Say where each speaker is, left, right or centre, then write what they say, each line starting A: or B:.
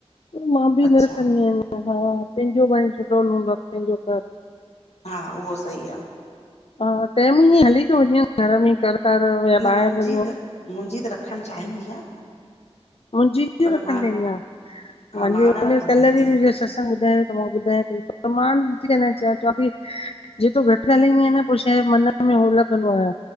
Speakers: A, on the left; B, on the left.
A: मां बि
B: अच्छा
A: न रखंदी आहिन। त हा पंहिंजो घर सुठो हूंदो पंहिंजो घर।
B: हा उहो सही आ।
A: हा टेम इय हली थो वञे घर में कर कर या
B: न
A: ॿाहिर
B: मुंहिंजी
A: वञो।
B: त मुंहिंजी त रखण चाहींदी आ।
A: मुंहिंजी भी
B: पर
A: रखंदी
B: मां
A: हुई हा
B: हा
A: मांजे
B: मां
A: घर
B: न रखंदी
A: में कल्ह
B: आयसि
A: बि मुंहिंजे सत्संग ॿुधायो। त मां ॿुधायां पई पर मां नथी ॻालयड़ चाया चवां ती जेतो घट ॻाल्हाईंदी आहियां न पो शाए मन में हो लॻंदो आ।